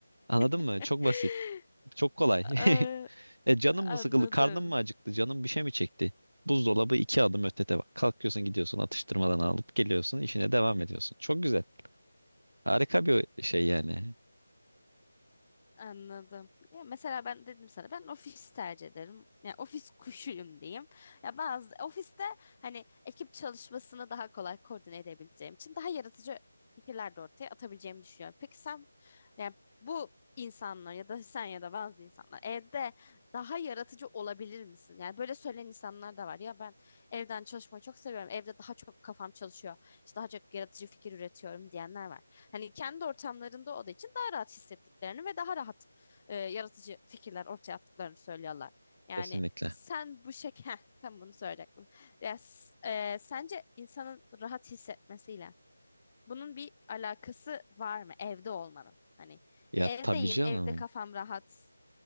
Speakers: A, on the right; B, on the left.
A: Anladın
B: <laughs>
A: mı? Çok basit. Çok kolay. <laughs>
B: Aa,
A: E canım
B: Anladım.
A: mı sıkıldı, karnım mı acıktı, canım bir şey mi çekti? Buzdolabı iki adım ötede bak. Kalkıyorsun, gidiyorsun, atıştırmadan alıp geliyorsun, işine devam ediyorsun. Çok güzel. Harika bir şey yani.
B: Anladım. Ya mesela ben dedim sana ben ofis tercih ederim. Yani ofis kuşuyum diyeyim. Ya bazı ofiste hani ekip çalışmasını daha kolay koordine edebileceğim için daha yaratıcı fikirler de ortaya atabileceğimi düşünüyorum. Peki sen yani bu insanlar ya da sen ya da bazı insanlar evde daha yaratıcı olabilir misin? Yani böyle söyleyen insanlar da var. Ya ben evden çalışmayı çok seviyorum. Evde daha çok kafam çalışıyor işte daha çok yaratıcı fikir üretiyorum diyenler var. Hani kendi ortamlarında olduğu için daha rahat hissettiklerini ve daha rahat e, yaratıcı fikirler ortaya attıklarını söylüyorlar. Yani
A: Kesinlikle.
B: sen bu şek <laughs> Heh, tam bunu söyleyecektim. Ya, s- e, sence insanın rahat hissetmesiyle bunun bir alakası var mı evde olmanın? Hani
A: Ya
B: evdeyim,
A: tabii canım.
B: evde kafam rahat,